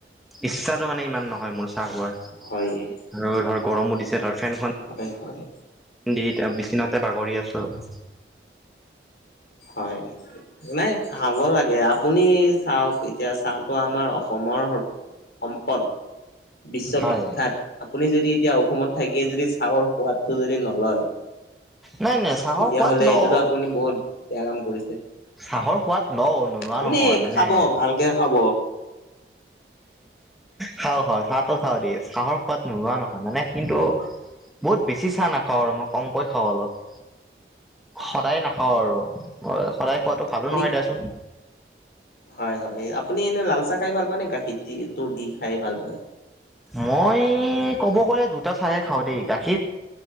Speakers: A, in the centre; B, on the left.
A: ইচ্ছাটো মানে ইমান নহয় মোৰ চা চাহ হোৱা
B: হয়ে
A: আৰু ধৰ গৰমো দিছে ধৰ ফেনখন।
B: হয় হয়।
A: দি এতিয়া বিচনাতে বাগৰি আছো আৰু।
B: হয়। নাই খাব লাগে আপুনি চাওক এতিয়া চাহটো আমাৰ অসমৰ সম্পত। বিশ্ববিখ্যাত
A: হয়
B: আপুনি যদি এতিয়া অসমত থাকিয়ে যদি চাহৰ সোৱাদটো যদি নলয়।
A: নাই নাই চাহৰ
B: তেতিয়া
A: সোৱাদ
B: হ'লে
A: লওঁ
B: এটোতো আপুনি বহুত বেয়া কাম কৰিছে।
A: চাহৰ সোৱাদ ল নোলোৱা
B: আপুনি
A: নহয় মানে
B: খাব ভালকে খাব
A: খাওঁ খাওঁ চাহো চাও দেই চাহৰ সোৱাদ নোযোৱা নহয় মানে কিন্তু বহুত বেছি চাহ নাখাওঁ আৰু মই কমকৈ খাওঁ অলপ।
B: <inaudible>
A: সদায় নাখাওঁ আৰু সদায় খোৱাতটো ভালো
B: আপুনি
A: নহয় দে চোন।
B: হয় হয় আপুনি এনে লালচাহ খাই ভাল পায় নে গাখীৰ দি তোৰ দি খাই ভাল পায়।
A: মই ক'ব গ'লে দুটা চাহে খাওঁ দেই। গাখীৰ